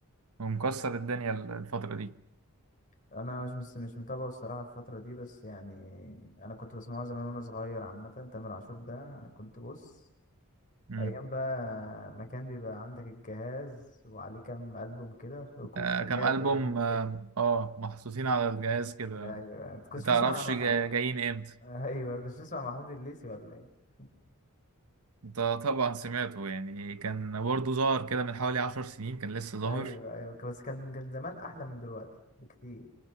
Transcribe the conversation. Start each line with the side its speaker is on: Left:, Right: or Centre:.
Right: ومكسر الدنيا ال- الفترة
Left: انا مش مش مش متابعه الصراحة الفترة دي بس يعني انا كنت بسمعه زمان وانا صغير عامة تامر عاشور ده كنت بص
Right: دي
Left: ايام بقى ما كان بيبقى عندك الجهاز وعليه كام ألبوم كده وكوكتيلات
Right: آه، كام ألبوم
Left: وحاجات
Right: اه
Left: كده
Right: آه، محطوطين على الجهاز كده
Left: ايوه انت كنتش
Right: متعرفش
Left: بتسمع محمود
Right: جا- جايين امتى
Left: ايوه كنتش بتسمع محمود الليثي ولا ايه
Right: انت طبعا سمعته يعني كان برضه ظاهر كده من حوالي عشر سنين كان لسه ظاهر
Left: ايوه ايوه بس كان كان زمان احلى من دلوقتي بكتير